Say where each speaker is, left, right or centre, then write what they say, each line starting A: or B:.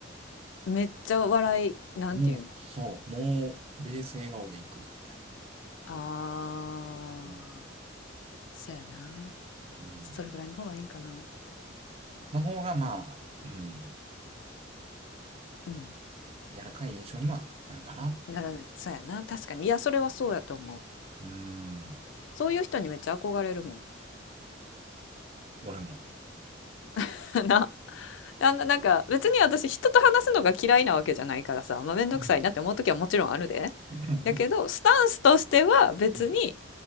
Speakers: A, on the left; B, on the right.
A: いめっちゃ笑い、なんていうん
B: もう、そう、もう、ベース笑顔でいく、みたい
A: あー、
B: な。うん。
A: そうやな。
B: うん。
A: それぐらいの方がいいんかな。
B: の方が、まあ、うん、
A: うん。
B: 柔らかい印象にはなるかな。
A: なるね。そうやな。確かに。いや、それはそうやと思う。
B: うん。
A: そういう人にめっちゃ憧れるもん。
B: 俺も。
A: <laughs> な。あの、なんか、別に私、人と話すのが嫌いなわけじゃないからさ、まあ、めんどくさいなって思う時はもちろんあるで。
B: うん。うん。
A: やけど、スタンスとしては別に
B: うん。